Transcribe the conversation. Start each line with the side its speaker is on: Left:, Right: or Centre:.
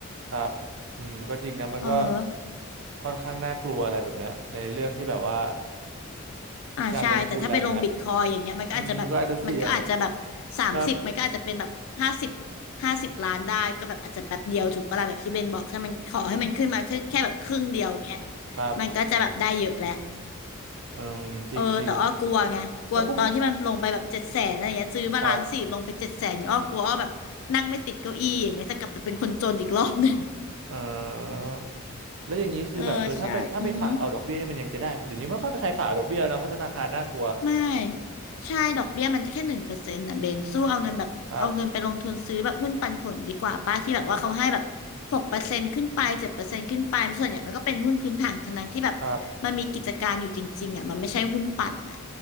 Right: ครับอืมก็จริงนะมันก็
Left: อือฮะ
Right: ค่อนข้างน่ากลัวอะไรแบบเนี้ยในเรื่องที่แบบว่า
Left: อ่าใช่แต่ถ้าไปลงบิตคอยอย่างเงี้ยมันก็อาจจะแบบมันก็อาจจะแบบสามสิบมันก็อาจจะเป็นแบบห้าสิบ
Right: การลงทุนอะไรแบบเนี้ยอืมก็อาจจะเสี่ยง ครับ
Left: ห้าสิบล้านได้ก็แบบอาจจะแป๊บเดียวถูกปะล่ะแบบที่เบนบอกถ้ามันขอให้มันขึ้นมาแค่แค่แบบครึ่งเดียวอย่างเงี้ย
Right: ครับ
Left: มันก็จะแบบได้เยอะแหละ
Right: อืมจริงจริง
Left: เออแต่อ้อกลัวไงกลัวตอนที่มันลงไปแบบเจ็ดแสนอะไรเงี้ยซื้อมาล้านสี่ลงไปเจ็ดแสนอ้อกลัวอ้อแบบนั่งไม่ติดเก้าอี้อย่างเงี้ยจะกลับไปเป็นคนจนอีกรอบหนึ่ง
Right: แล้วพวกครับเอ่อแล้วอย่างนี้คือแบบเออถ้าไปถ้าไปฝากเอาดอกเบี้ยนี่มันยังจะได้เดี๋ยวนี้ไม่ค่อยมีใครฝากเอาดอกเบี้ยแล้วนะเพราะธนาคารน่ากลัว
Left: เออใช่อือฮึ ไม่ใช่ดอกเบี้ยมันแค่หนึ่งเปอร์เซ็นต์นะเบนสู้เอาเงินแบบเอาเงินไปลงทุนซื้อแบบหุ้นปันผลดีกว่าป้าที่แบบว่าเขาให้แบบหกเปอร์เซ็นต์ขึ้นไปเจ็ดเปอร์เซ็นต์ขึ้นไปส่วนใหญ่มันก็เป็นหุ้นพื้นฐานทั้งนั้นที่แบบมันมีกิจการอยู่จริงๆอ่ะมันไม่ใช่หุ้นปั่นอ่ะ
Right: ครับครับ